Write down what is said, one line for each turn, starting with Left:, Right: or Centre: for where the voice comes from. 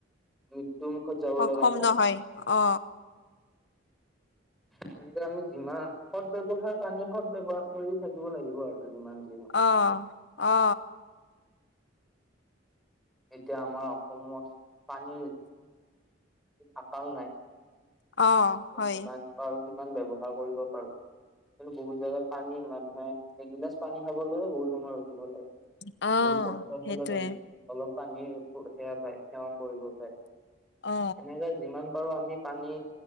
Centre: মৃত্যু মুখত যাব
Left: সক্ষম
Centre: লগা হয়
Left: নহয় অ,
Centre: সেনেকে আমি যিমান সদ ব্যৱহাৰ পানী সদ ব্যৱহাৰ কৰি থাকিব লাগিব আৰু যিমান যি হওক।
Left: অ অ।
Centre: এতিয়া আমাৰ অসমত পানীৰ, আকাল নাই‌ আ
Left: অ হয়
Centre: যিমান, আৰু কিমান ব্যৱহাৰ কৰিব পাৰোঁ। <unintelligible> কিন্তু বহুত জেগাত পানী, মানুহে এগিলাচ পানী খাবলৈয়ো বহুত সময় ৰখিব লাগে। <unintelligible>
Left: অ
Centre: বহুত কষ্ট ফলত
Left: সেইটোৱে
Centre: <unintelligible> অলপ পানীৰ সেৱা পায়, সেৱন কৰিব পায়। সেনেকে
Left: অ
Centre: <unintelligible> যিমান পাৰো আমি পানী